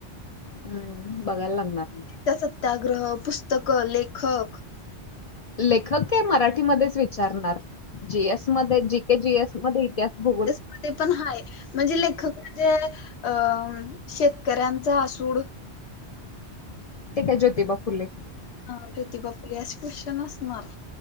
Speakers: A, on the left; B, on the left.
A: हम्म! बघायला लागणार.
B: त्या सत्याग्रह, पुस्तकं, लेखक.
A: लेखक काय मराठीमध्येच विचारणार. जी एस मध्ये, जी के जी एस मध्ये इतिहास, भूगोल
B: मध्ये पण हाय म्हणजे लेखक म्हणजे अ शेतकऱ्यांचा असूड
A: ते काय ज्योतिबा फुले.
B: हा, ज्योतिबा फुले असे क्वेश्चन असणार.